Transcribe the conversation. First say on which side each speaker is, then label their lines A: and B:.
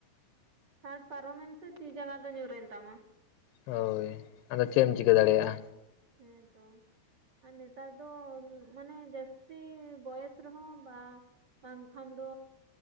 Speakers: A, on the right; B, on the left.
A: ᱥᱟᱴ ᱯᱟᱨᱚᱢᱮᱱ ᱥᱮ ᱛᱤ ᱡᱟᱱᱜᱟ ᱫᱚ ᱧᱩᱨ ᱮᱱ ᱛᱟᱢᱟ ᱾
B: ᱦᱳᱭ, ᱟᱫᱚ ᱪᱮᱫ ᱮᱢ ᱪᱤᱠᱟᱹ ᱫᱟᱲᱮᱭᱟᱜᱼᱟ?
A: ᱦᱮᱸ ᱛᱚ ᱾ ᱟᱨ ᱱᱮᱛᱟᱨ ᱫᱚ ᱢᱟᱱᱮ ᱡᱟᱹᱥᱛᱤ ᱵᱚᱭᱮᱥ ᱨᱮᱦᱚᱸ ᱵᱟ ᱵᱟᱝᱠᱷᱟᱱ ᱫᱚ